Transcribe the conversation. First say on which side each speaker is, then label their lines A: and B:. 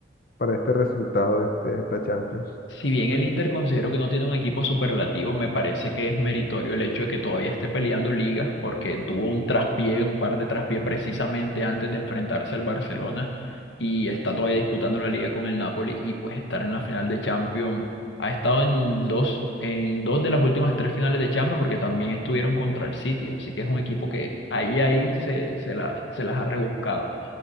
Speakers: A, on the left; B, on the left.
A: para este resultado de, este- esta Champions.
B: Si bien el Inter considero que no tiene un equipo superlativo, me parece que es meritorio el hecho de que todavía esté peleando ligas, porque tuvo un traspié, un par de traspiés precisamente antes de enfrentarse al Barcelona y está todavía disputando la liga con el Napoli y pues estar en la final de Champions. Ha estado en dos, en dos de las últimas tres finales de Champions porque también estuvieron contra el City, así que es un equipo que ahí, ahí se, se las, se las ha rebuscado.